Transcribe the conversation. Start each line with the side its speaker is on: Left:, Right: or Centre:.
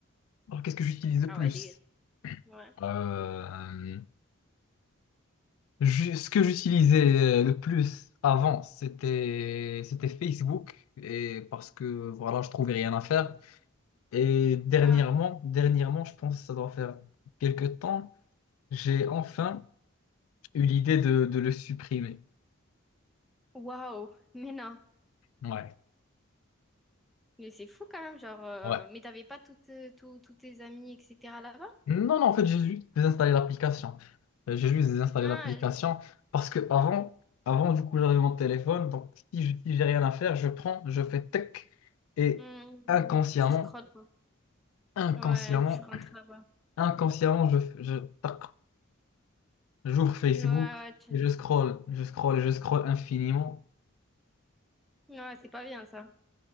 Left: Alors qu'est-ce que j'utilise le
Centre: Ah
Left: plus?
Centre: ouais, dégueulasse. Ouais.
Left: Euh, ju- ce que j'utilisais euh, le plus avant, c'était c'était Facebook et parce que voilà, je trouvais rien à faire. Et dernièrement,
Centre: Ah,
Left: dernièrement, je pense que ça doit faire quelques temps, j'ai enfin eu l'idée de, de le supprimer.
Centre: waouh. Mais non.
Left: Ouais,
Centre: Mais c'est fou quand même, genre euh,
Left: ouais.
Centre: mais t'avais pas toutes euh, tous tous tes amis etc. là-bas?
Left: Non, non, en fait, j'ai juste désinstallé l'application. Euh, J'ai juste désinstallé
Centre: Ah.
Left: l'application parce que avant, avant du coup, j'avais mon téléphone. Donc, si je- si j'ai rien à faire, je prends, je fais tech et
Centre: hmm
Left: inconsciemment,
Centre: tu scrolles, quoi.
Left: inconsciemment,
Centre: Ouais, tu rentres là-bas.
Left: inconsciemment, je, je, tac, j'ouvre Facebook
Centre: Ouais, ouais, tu-
Left: et je scroll, je scroll et je scroll infiniment.
Centre: ouais, c'est pas bien, ça.